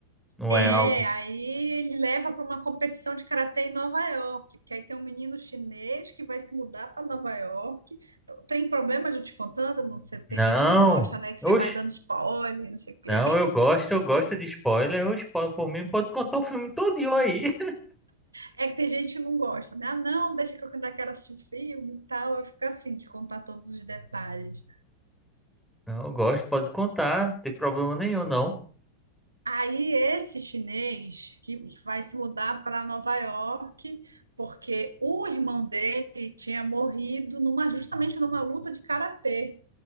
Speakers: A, in the centre; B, on the right (about 80°).
A: Não
B: É,
A: é algo.
B: aí ele leva para uma competição de karatê em Nova York, porque aí tem um menino chinês que vai se mudar para Nova York. Tem problema de eu te contando? Não sei, tem
A: Não!
B: gente que não gosta, né? Que
A: Oxe.
B: você vai dando spoiler, não sei o quê.
A: Não, eu gosto, eu gosto de spoiler. eu spoiler por mim pode contar o filme todinho aí.
B: É que tem gente que não gosta, né? Ah, não, deixa que eu ainda quero assistir o filme e tal. Eu fico assim, de contar todos os detalhes.
A: <laughs> Não, eu gosto, pode contar, não tem problema nenhum, não.
B: Aí esse chinês que vai se mudar para Nova York, porque o irmão dele tinha morrido numa, justamente numa luta de karatê.